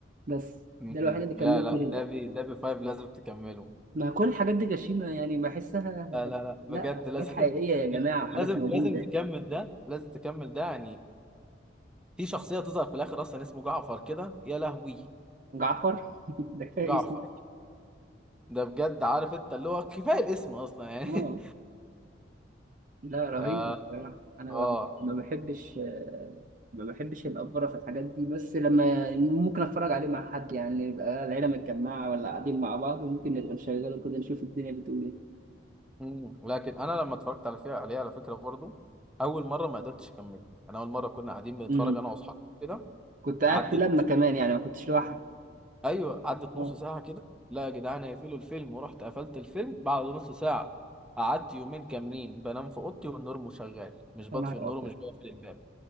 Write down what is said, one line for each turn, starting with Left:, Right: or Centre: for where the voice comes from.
Right: بس
Centre: م-م.
Right: ده الوحيد اللي كملته
Centre: لا لا
Right: للاخر
Centre: دابي دابي فايف لازم تكمله
Right: ما كل الحاجات دي غشيمه يعني بحسها
Centre: لا لا لا بجد
Right: لا
Centre: لازم
Right: حاجات حقيقيه
Centre: <laughs>
Right: يا جماعه وحاجات
Centre: لازم
Right: موجوده
Centre: لازم تكمل ده لازم تكمل ده يعني في شخصية تظهر في الآخر أصلا اسمه جعفر كده يا لهوي
Right: جعفر <laughs> ده كفايه
Centre: جعفر
Right: اسمه
Centre: ده بجد عارف أنت اللي هو كفاية الاسم أصلا يعني
Right: اه لا رهيب
Centre: <laughs> فا
Right: بصراحه انا
Centre: آه
Right: ب- ما بحبش آه، ما بحبش الافوره في الحاجات دي بس لما ممكن اتفرج عليه مع حد يعني يبقى العيله متجمعه ولا قاعدين مع بعض وممكن نبقى نشغله كده نشوف الدنيا بتقول ايه
Centre: مم. لكن أنا لما اتفرجت على فيها عليها على فكرة برضو أول مرة ما قدرتش أكمل أنا أول مرة كنا قاعدين بنتفرج
Right: امم
Centre: أنا وأصحابي كده
Right: كنت قاعد
Centre: عدت
Right: في لما كمان يعني ما كنتش لوحدي
Centre: أيوه عدت
Right: اه
Centre: نص ساعة كده لا يا جدعان هيقفلوا الفيلم ورحت قفلت الفيلم بعد نص ساعة قعدت يومين كاملين بنام في أوضتي والنور مشغل مش بطفي
Right: يا نهار
Centre: النور
Right: ابيض
Centre: ومش بقفل الباب